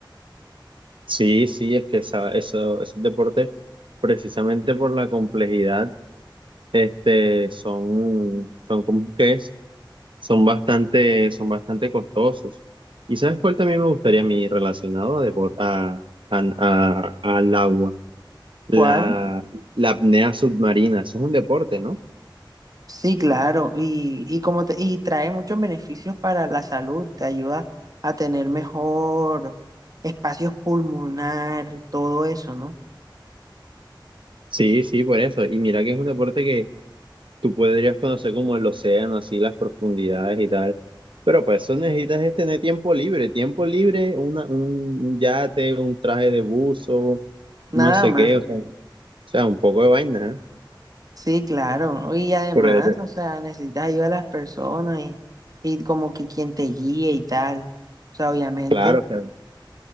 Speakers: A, on the right; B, on the right.
A: Sí, sí, es que esa- eso, esos deportes, precisamente por la complejidad, este, son, son como que es, son bastante, son bastante costosos. ¿Y sabes cuál también me gustaría a mí relacionado a, depor- a, a- a- al agua? La,
B: ¿Cuál?
A: la apnea submarina, eso es un deporte, ¿no?
B: Sí, claro, y, y como te, y trae muchos beneficios para la salud, te ayuda a tener mejor espacios pulmonar, todo eso, ¿no?
A: Sí, sí, por eso. Y mira que es un deporte tú podrías conocer como el océano, así las profundidades y tal. Pero para eso necesitas es tener tiempo libre, tiempo libre, una, un un yate, un traje de buzo,
B: Nada
A: no sé
B: más,
A: qué, o sea, o sea, un poco de vaina, ¿eh?
B: sí, claro, y además,
A: Por el-
B: o sea, necesitas ayuda de las personas y, y como que quien te guíe y tal, o sea, obviamente,
A: claro, o sea,